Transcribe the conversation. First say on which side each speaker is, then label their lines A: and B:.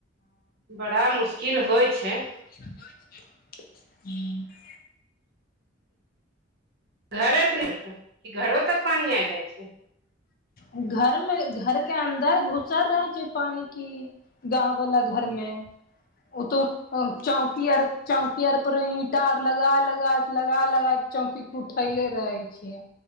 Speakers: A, on the right; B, on the left.
A: बड़ा मुश्किल होइ छै
B: हू <unintelligible>
A: घर आर त घरो तक पानी आ जाई छै
B: घर मे घर के अन्दर घुसर रहै छै पानि कि गाँववला घरमे ओ तो चौकी आर चौकी आर पर ईंटा आर लगा लगा लगा लगा के चौकी के उठेले रहे छियै